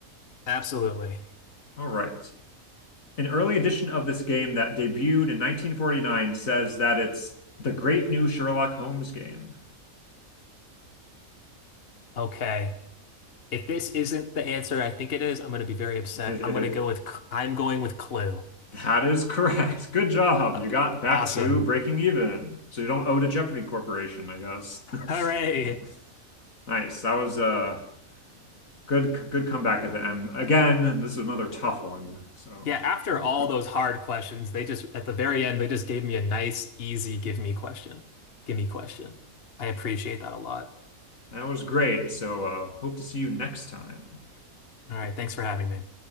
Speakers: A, on the left; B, on the left.
A: Absolutely.
B: All right. An early edition of this game that debuted in 1949 says that it's the great new Sherlock Holmes game.
A: Okay. If this isn't the answer I think it is, I'm going to be very upset.
B: <laughs>
A: I'm going to go with, C- I'm going with Clue.
B: That is correct. Good job.
A: Uh,
B: You got back
A: Awesome.
B: to breaking even. So you don't owe to Jeopardy Corporation, I guess.
A: Hooray.
B: <laughs> Nice. That was uh Good, good comeback at the end. Again, this is another tough one. So
A: Yeah, after
B: good,
A: all
B: good.
A: those hard questions, they just, at the very end, they just gave me a nice, easy give me question. Give me question. I appreciate that a lot.
B: That was great. So uh, hope to see you next time.
A: All right, thanks for having me.